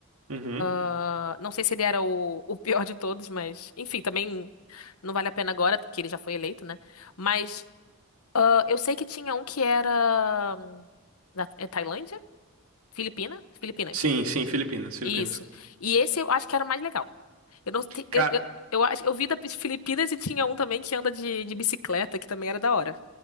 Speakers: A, on the right; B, on the left.
A: Uhum.
B: Ah, não sei se ele era o, o pior de todos, mas enfim, também não vale a pena agora, porque ele já foi eleito, né? Mas ah, eu sei que tinha um que era. hum, Da, é Tailândia? Filipina? Filipinas.
A: Sim, sim, Filipinas, Filipinas.
B: Isso. E esse eu acho que era o mais legal. Eu não sei.
A: Cara,
B: Eu, eu, eu acho. Eu vi da Filipinas e tinha um também que anda de, de bicicleta, que também era da hora.